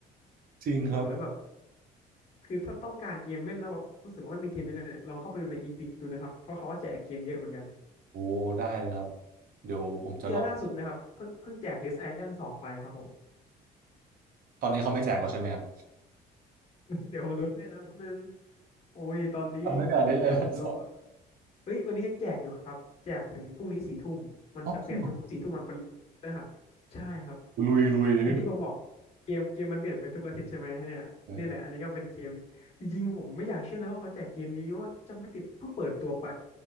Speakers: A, on the right; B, on the left.
A: จริงครับ
B: โอ้แล้วแบบคือถ้าต้องการเกมเล่นแล้วแบบรู้สึกว่าไม่มีเกมจะเล่นเนี่ยลองเข้าไปดูในอีพิกดูนะครับเพราะเขาก็แจกเกมเยอะเหมือนกัน
A: โอ้ได้เลยครับเดี๋ยวผมจะลอง
B: เนี่ยล่าสุดนะครับเพิ่งเพิ่งแจก Dead Island สองไปครับผม
A: ตอนนี้เขาไม่แจกแล้วใช่ไหมครับ
B: <laughs> เดี๋ยวผมดูให้นะครับแป๊บนึงโอ้ยตอนนี้
A: ทำได้งแต่เดยไอ้เ่าสด
B: เดี๋ยวผมดูก่อนเอ้ยวันนี้ยังแจกอยู่ครับแจกถึงพรุ่งนี้สี่ทุ่มมันจะเปลี่ยนทุกๆสี่ทุ่มวันพ
A: อ๋อจริงเหรอ
B: ฤหัสใช่ครับ
A: ลุยลุยเดี๋ยวได้ดู
B: อย่างที่ผมบอกเกมเกมมันเปลี่ยนไปทุกอาทิตย์ใช่ไหมเนี่ยนี่แหละอันนี้ก็เป็นเกม
A: เลย
B: จริงๆผมไม่อยากเชื่อเลยว่าเขาแจกเกมนี้ว่าจะไม่ผิดเพิ่งเปิดตัวไป